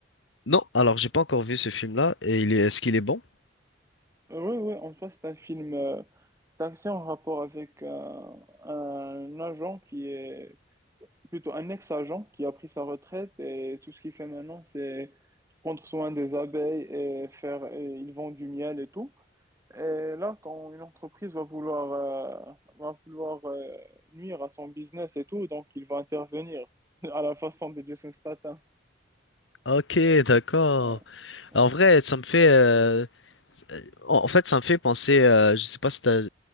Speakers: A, on the left (about 80°); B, on the right (about 15°).
A: Non, alors j'ai pas encore vu ce film-là, et il est, est-ce qu'il est bon?
B: Euh, Ouais, ouais, en soi, c'est un film euh, d'action en rapport avec un, un agent qui est plutôt un ex-agent qui a pris sa retraite et tout ce qu'il fait maintenant, c'est prendre soin des abeilles et faire, et ils vendent du miel et tout. Et là, quand une entreprise va vouloir, euh, va vouloir euh, nuire à son business et tout, donc il va intervenir <laughs> à la façon de Jason Statham.
A: Ok, d'accord.
B: Ah ouais. Ouais.
A: En vrai, ça me fait, euh, en en fait, ça me fait penser, euh, je sais pas si t'as